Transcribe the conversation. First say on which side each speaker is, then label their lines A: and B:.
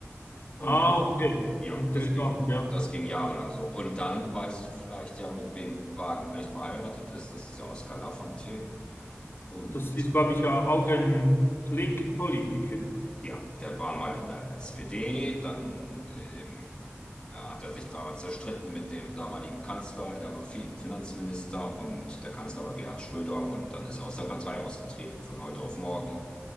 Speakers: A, on the left; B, on the left.
A: Und
B: Ah,
A: gebr-
B: okay.
A: ja,
B: Interessant,
A: das ging,
B: ja.
A: das ging jahrelang so. Und dann weißt du vielleicht ja, mit wem Wagenknecht verheiratet ist. Das ist ja Oskar Lafontaine. Und
B: Das ist, glaube ich, ja auch ein linken Politiker.
A: Ja, der war mal in der SPD, dann ähm, er hat er sich damals zerstritten mit dem damaligen Kanzler. Er war Fi- Finanzminister und der Kanzler war Gerhard Schröder und dann ist er aus der Partei ausgetreten von heute auf morgen.